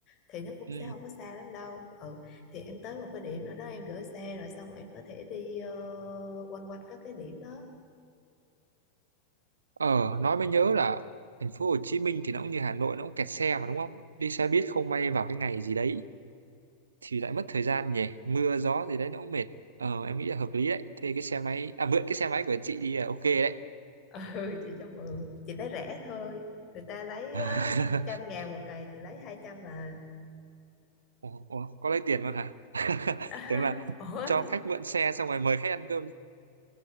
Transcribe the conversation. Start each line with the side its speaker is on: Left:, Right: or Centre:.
Left: thì nó cũng
Right: Ừ.
Left: sẽ không có xa lắm đâu ừ thì em tới một cái điểm nào đó em gửi xe rồi xong em có thể đi ờ, quanh quanh các cái điểm đó
Right: Ờ, nói mới nhớ là thành phố Hồ Chí Minh thì nó cũng như Hà Nội, nó cũng kẹt xe mà đúng không? Đi xe buýt không may vào cái ngày gì đấy thì lại mất thời gian nhỉ? Mưa gió gì đấy nó cũng mệt. Ờ, em nghĩ là hợp lý đấy. Thế cái xe máy, à mượn cái xe máy của chị đi là ok đấy.
Left: ừ chị cho mượn chị lấy rẻ thôi người ta lấy
Right: <laughs>
Left: uh, một trăm ngàn một cày chị lấy hai trăm mà
Right: Ủa, ủa, có lấy tiền luôn hả? <laughs>
Left: <laughs>
Right: Tưởng là
Left: ủa
Right: cho khách mượn xe xong rồi mời khách ăn cơm chứ.